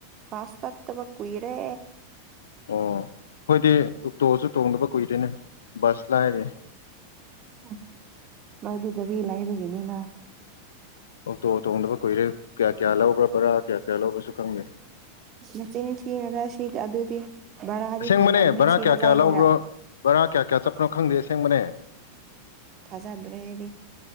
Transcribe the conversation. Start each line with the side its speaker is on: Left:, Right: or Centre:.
Right: ꯄꯥꯁ ꯇꯠ ꯇꯕꯥ ꯀꯨꯏꯔꯦ
Left: ꯑꯣ ꯈꯣꯏꯗꯤ ꯑꯣꯛꯇꯣꯁꯨ ꯇꯣꯡꯗꯕ ꯀꯨꯏꯗꯣꯏꯦꯅꯦ ꯕꯁ ꯂꯥꯏꯔꯤ
Right: ꯎꯝ ꯃꯥꯗꯨ ꯒꯔꯤ ꯂꯩꯕꯒꯤꯅꯤꯅ
Left: ꯑꯣꯛꯇꯣ ꯇꯣꯡꯗꯕ ꯀꯨꯏꯔꯦ ꯀꯌꯥ ꯀꯌꯥ ꯂꯧꯕ꯭ꯔꯥ ꯕꯔꯥ ꯀꯌꯥ ꯀꯌꯥ ꯂꯧꯕꯁꯨ ꯈꯪꯗꯦ
Right: ꯃꯆꯤꯟ ꯊꯤꯅꯨꯗ ꯁꯤ ꯑꯗꯨꯗꯤ ꯚꯔꯥꯗꯤ
Left: ꯑꯁꯦꯡꯕꯅꯦ
Right: ꯈꯪꯈ꯭ꯔꯅꯤ
Left: ꯕꯔꯥ
Right: ꯁꯤꯗ
Left: ꯀꯌꯥ ꯀꯌꯥ
Right: ꯂꯥꯏꯔꯒ
Left: ꯂꯧꯕ꯭ꯔꯣ ꯕꯔꯥ ꯀꯌꯥ ꯀꯌꯥ ꯆꯞꯄꯅꯣ ꯈꯪꯗꯦ ꯑꯁꯦꯡꯕꯅꯦ
Right: ꯊꯥꯖꯗ꯭ꯔꯦ ꯑꯩꯗꯤ